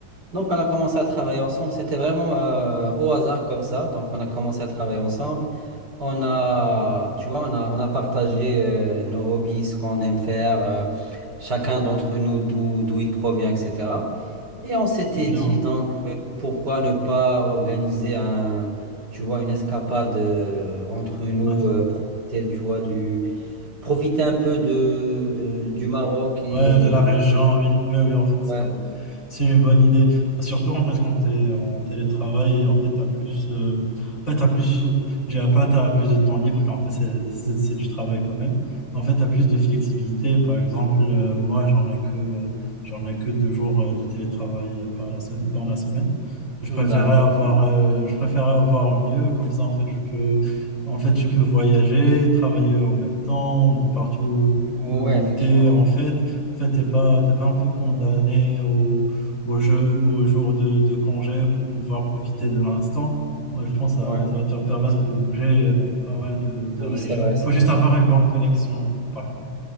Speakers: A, on the right; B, on the left.
A: Donc on a commencé à travailler ensemble, c'était vraiment euh, au hasard comme ça. Donc on a commencé à travailler ensemble. On a, tu vois, on a, on a partagé euh, nos hobbies, ce qu'on aime faire, euh, chacun d'entre nous d'où d'où il provient, etc. Et on s'était
B: c'est bien.
A: dit donc euh, pourquoi ne pas organiser un, tu vois, une escapade euh, entre nous,
B: Ouais,
A: euh, profiter, tu vois, du, profiter un peu de, du Maroc et
B: Ouais, de la région, oui. Oui, oui, en fait, c'est
A: ouais,
B: c'est une bonne idée. Surtout en fait quand tu es en télétravail, en fait, t'as plus, euh, en fait, t'as plus, j'ai un pas, t'as plus de temps libre, car en fait, c'est c'est- c'est du travail quand même. Mais En fait, tu as plus de flexibilité. Par exemple, euh, moi, j'en ai que, euh, j'en ai que deux jours euh, de télétravail euh, par la se- dans la semaine. Je préférais
A: d'accord,
B: avoir, euh, je préférais avoir mieux. Comme ça, en fait, je peux, en fait, tu peux voyager, travailler en même temps, de partout
A: ouais,
B: où
A: effectivement,
B: tu es, en fait. En fait, t'es pas, t'es pas un peu condamné au, au jeu, au jour de, de congé pour pouvoir profiter de l'instant. Euh, Je pense que
A: ouais.
B: ça, ça va te permettre de bouger dans pas mal de, de
A: Oui,
B: régions.
A: c'est vrai, c'est
B: Il faut juste
A: vrai.
B: avoir une bonne connexion, par contre.